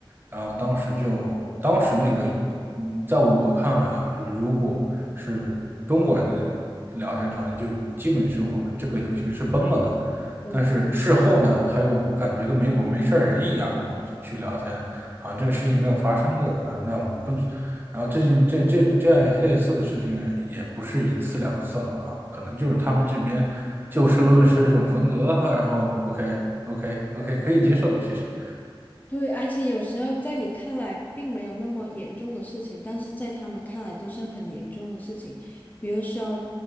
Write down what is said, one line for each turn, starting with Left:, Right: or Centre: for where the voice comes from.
Right: 然后当时就当时那个，嗯在我看来啊，就如果是中国人的那种聊天场景，就基本是我们这个友情是崩了的。
Left: 嗯，
Right: 但是事后呢，他又感觉跟没过没事儿人一样跟我去聊天，好像这个事情没有发生过。那那我不，然后这件这这这类似的事情也不是一次两次了吧？可能就是他们这边就事论事这种风格啊，然后 OK OK OK 可以接受，其实
Left: 对，而且有时候在你看来并没有那么严重的事情，但是在他们看来就是很严重的事情。比如说，